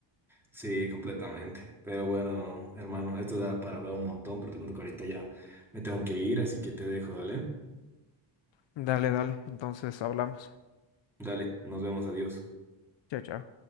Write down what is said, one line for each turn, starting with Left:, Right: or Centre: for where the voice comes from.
Centre: Sí, completamente. Pero bueno, hermano, esto da para hablar un montón, pero te cuento que ahorita ya me tengo que ir, así que te dejo, dale.
Left: Dale, dale, entonces hablamos.
Centre: Dale, nos vemos, adiós.
Left: Chao, chao.